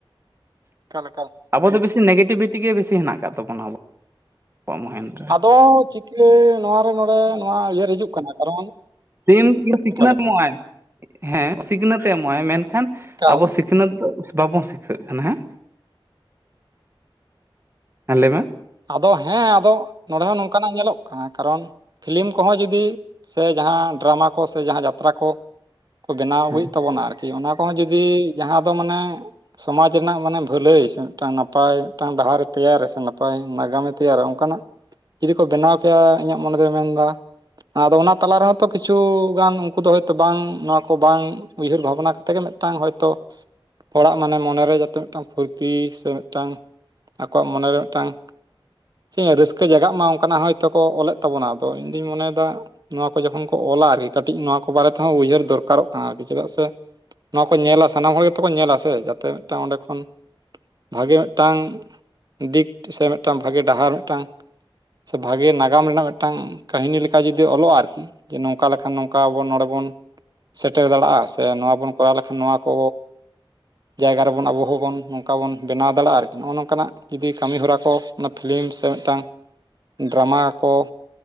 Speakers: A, on the right; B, on the right.
A: ᱮᱠᱟᱞ ᱮᱠᱟᱞ
B: ᱟᱵᱚ
A: ᱦᱮᱸ
B: ᱫᱚ ᱵᱮᱥᱤ ᱱᱮᱜᱮᱴᱤᱵᱷᱤᱴᱤ ᱜᱮ ᱵᱮᱥᱤ ᱦᱮᱱᱟᱜ ᱟᱠᱟᱫ ᱛᱟᱵᱚᱱᱟ ᱟᱵᱚᱣᱟᱜ <unintelligible>
A: ᱟᱫᱚ ᱪᱤᱠᱟᱹ ᱱᱚᱣᱟ ᱨᱮ ᱱᱚᱸᱰᱮ ᱱᱚᱣᱟ ᱩᱭᱦᱟᱹᱨ ᱦᱤᱡᱩᱜ ᱠᱟᱱᱟ ᱠᱟᱨᱚᱱ
B: ᱥᱤᱢ ᱥᱤᱠᱷᱱᱟᱹᱛ
A: ᱮᱠᱟᱞ ᱮᱠᱟᱞ
B: ᱮᱢᱚᱜᱼᱟᱭ ᱦᱮᱸ ᱥᱤᱠᱷᱱᱟᱹᱛ ᱮᱢᱚᱜ ᱟᱭ ᱢᱮᱱᱠᱷᱟᱱ
A: ᱮᱠᱟᱞ
B: ᱟᱵᱚ ᱥᱤᱠ ᱥᱤᱠᱷᱱᱟᱹᱛ ᱫᱚ ᱵᱟᱵᱚᱱ ᱥᱤᱠᱷᱟᱹᱜ ᱠᱟᱱᱟ ᱦᱮᱸ ᱦᱮᱸ ᱞᱟᱹᱭᱢᱮ
A: ᱟᱫᱚ ᱦᱮᱸ ᱟᱫᱚ ᱱᱚᱸᱰᱮ ᱦᱚᱸ ᱱᱚᱝᱠᱟᱱᱟᱜ ᱧᱮᱞᱚᱜ ᱠᱟᱱᱟ ᱠᱟᱨᱚᱱ ᱯᱷᱤᱞᱤᱢ ᱠᱚᱦᱚᱸ ᱡᱩᱫᱤ ᱥᱮ ᱡᱟᱦᱟᱸ ᱰᱨᱟᱢᱟ ᱠᱚ ᱥᱮ ᱡᱟᱦᱟᱸ ᱡᱟᱛᱨᱟ ᱠᱚ ᱠᱚ ᱵᱮᱱᱟᱣ ᱟᱹᱜᱩᱭᱮᱫ
B: ᱦᱮᱸ
A: ᱛᱟᱵᱚᱱᱟ ᱟᱨᱠᱤ ᱚᱱᱟ ᱠᱚᱦᱚᱸ ᱡᱩᱫᱤ ᱡᱟᱦᱟᱸ ᱫᱚ ᱢᱟᱱᱮ ᱥᱚᱢᱟᱡᱽ ᱨᱮᱱᱟᱜ ᱢᱟᱱᱮ ᱵᱷᱟᱹᱞᱟᱹᱭ ᱥᱮ ᱢᱤᱫᱴᱟᱝ ᱱᱟᱯᱟᱭ ᱢᱤᱫᱴᱟᱝ ᱰᱟᱦᱟᱨᱮ ᱛᱮᱭᱟᱨᱮ ᱥᱮ ᱱᱟᱯᱟᱭ ᱱᱟᱜᱟᱢᱮ ᱛᱮᱭᱟᱨᱟ ᱚᱝᱠᱟᱱᱟᱜ ᱡᱩᱫᱤ ᱠᱚ ᱵᱮᱱᱟᱣ ᱠᱮᱭᱟ ᱤᱧᱟᱹᱜ ᱢᱚᱱᱮ ᱫᱚᱭ ᱢᱮᱱᱫᱟ ᱟᱫᱚ ᱚᱱᱟ ᱛᱟᱞᱟ ᱨᱮᱦᱚᱸ ᱛᱚ ᱠᱤᱪᱷᱩ ᱜᱟᱱ ᱩᱝᱠᱩ ᱫᱚ ᱦᱳᱭᱛᱚ ᱵᱟᱝ ᱱᱚᱣᱟ ᱠᱚ ᱵᱟᱝ ᱩᱭᱦᱟᱹᱨ ᱵᱷᱟᱵᱱᱟ ᱠᱟᱛᱮ ᱜᱮ ᱢᱤᱫ ᱴᱟᱝ ᱦᱚᱭᱛᱳ ᱦᱚᱲᱟᱜ ᱢᱟᱱᱮ ᱢᱚᱱᱮᱨᱮ ᱡᱟᱛᱮ ᱢᱤᱫᱴᱟᱝ ᱯᱷᱩᱨᱛᱤ ᱥᱮ ᱢᱤᱫᱴᱟᱝ ᱟᱠᱚᱣᱟᱜ ᱢᱚᱱᱮᱨᱮ ᱴᱟᱝ ᱪᱮ ᱨᱟᱹᱥᱠᱟᱹ ᱡᱟᱜᱟᱜ ᱢᱟ ᱚᱝᱠᱟᱱᱟᱜ ᱦᱚᱭᱛᱳ ᱠᱚ ᱚᱞᱮᱫ ᱛᱟᱵᱚᱱᱟ ᱟᱫᱚ ᱤᱧᱫᱩᱧ ᱢᱚᱱᱮᱭᱫᱟ ᱱᱚᱣᱟ ᱠᱚ ᱡᱚᱠᱷᱚᱱ ᱠᱚ ᱚᱞᱟ ᱟᱨᱤ ᱠᱟᱹᱴᱤᱡ ᱱᱚᱣᱟ ᱠᱚ ᱵᱟᱨᱮ ᱛᱮᱦᱚᱸ ᱩᱭᱦᱟᱹᱨ ᱫᱚᱨᱠᱟᱨᱚᱜ ᱠᱟᱱᱟ ᱟᱨᱠᱤ ᱪᱮᱫᱟᱜ ᱥᱮ ᱱᱚᱣᱟ ᱠᱚ ᱧᱮᱞᱟ ᱥᱟᱱᱟᱢ ᱦᱚᱲ ᱜᱮᱛᱚ ᱠᱚ ᱧᱮᱞᱟ ᱥᱮ ᱡᱟᱛᱮ ᱢᱤᱫᱴᱟᱱ ᱚᱸᱰᱮ ᱠᱷᱚᱱ ᱵᱷᱟᱜᱮ ᱢᱤᱫᱴᱟᱝ ᱫᱤᱠ ᱥᱮ ᱢᱤᱫᱴᱟᱝ ᱵᱷᱟᱜᱮ ᱰᱟᱦᱟᱨ ᱢᱤᱫᱴᱟᱝ ᱥᱮ ᱵᱷᱟᱜᱮ ᱱᱟᱜᱟᱢ ᱨᱮᱱᱟᱜ ᱢᱤᱫᱴᱟᱝ ᱠᱟᱹᱦᱤᱱᱤ ᱞᱮᱠᱟ ᱡᱩᱫᱤ ᱚᱞᱚᱜᱼᱟ ᱟᱨᱠᱤ ᱡᱮ ᱱᱚᱝᱠᱟ ᱞᱮᱠᱷᱟᱱ ᱱᱚᱝᱠᱟ ᱟᱵᱚ ᱱᱚᱰᱮ ᱵᱚᱱ ᱥᱮᱴᱮᱨ ᱫᱟᱲᱮᱭᱟᱜᱼᱟ ᱥᱮ ᱱᱚᱣᱟ ᱵᱚᱱ ᱠᱚᱨᱟᱣ ᱞᱮᱠᱷᱟᱱ ᱱᱚᱣᱟ ᱠᱚ ᱡᱟᱭᱜᱟ ᱨᱮᱵᱚᱱ ᱟᱵᱚ ᱦᱚᱸᱵᱚᱱ ᱱᱚᱝᱠᱟ ᱵᱚᱱ ᱵᱮᱱᱟᱣ ᱫᱟᱲᱮᱼᱟ ᱟᱨᱠᱤ ᱱᱚᱜᱼᱚ ᱱᱚᱝᱠᱟᱱᱟᱜ ᱡᱩᱫᱤ ᱠᱟᱹᱢᱤ ᱦᱚᱨᱟ ᱠᱚ ᱚᱱᱟ ᱯᱷᱤᱞᱤᱢ ᱥᱮ ᱢᱤᱫᱴᱟᱝ ᱰᱨᱟᱢᱟ ᱠᱚ